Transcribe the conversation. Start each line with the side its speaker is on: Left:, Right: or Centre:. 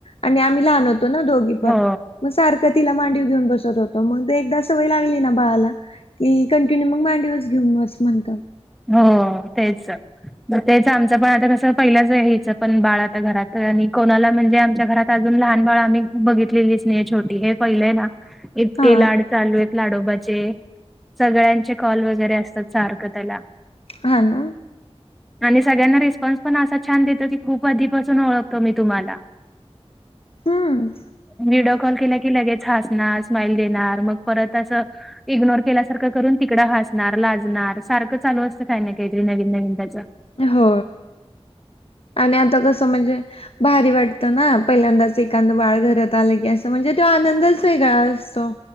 Left: आणि आम्ही लहान होतो ना दोघी. पण
Centre: हो
Left: म सारखं तिला मांडीव घेऊन बसत होत म ते एकदा सवय लागली ना बाळाला की कंटिन्यू मग मांडीवच घेऊन बस म्हणत.
Centre: हो तेच. मग तेच आमच पण आता कसं पहिल्याच हीचं पण बाळ आता घरात आणि कोणाला म्हणजे आमच्या घरात त अजून लहान बाळा आम्ही बघितलेलीच नाही छोटी हे पहिलंय ना. इतके
Left: हा
Centre: लाड चालू आहेत लाडोबाचे सगळ्यांचे कॉल वगैरे असतात सारखं त्याला.
Left: हा ना.
Centre: आणि सगळ्यांना रिस्पॉन्स पण असा छान देतो की खूप आधीपासून ओळखतो मी तुम्हाला.
Left: हम्म.
Centre: व्हिडिओ कॉल केला की लगेच हसणार स्माइल देणार मग परत असं इग्नोर केल्यासारखं करून तिकडं हसणार लाजणार सारखं चालू अस च काय न काय तरी नवीन नवीन त्याच.
Left: हो आणि आता कसं म्हणजे भारी वाटतं ना पहिल्यांदाच एखाद बाळ घरात आलं की असं म्हणजे तो आनंदच वेगळा असतो.